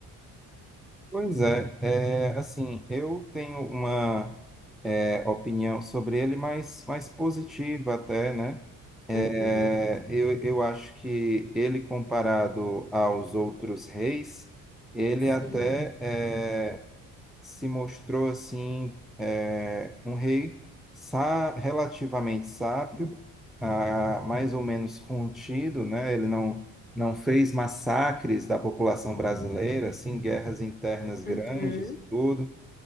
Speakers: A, in the centre; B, on the left (about 25°).
A: Pois é, é, assim, eu tenho uma é, opinião sobre ele mais, mais positiva até, né? É,
B: Uhum,
A: eu, eu acho que ele, comparado aos outros reis, ele
B: sim.
A: até é, se mostrou assim é, um rei sa- relativamente sábio, ah, mais ou menos contido, né? Ele não não fez massacres da população brasileira, assim, guerras internas grandes
B: Uhum.
A: e tudo.